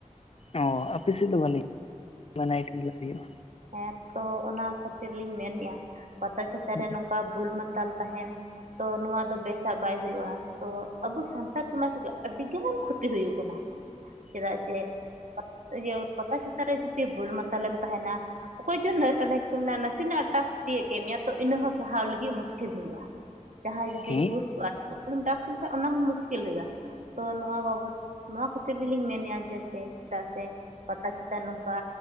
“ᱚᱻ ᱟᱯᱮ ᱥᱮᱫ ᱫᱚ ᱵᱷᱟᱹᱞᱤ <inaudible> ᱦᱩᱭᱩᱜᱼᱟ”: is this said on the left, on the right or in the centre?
Left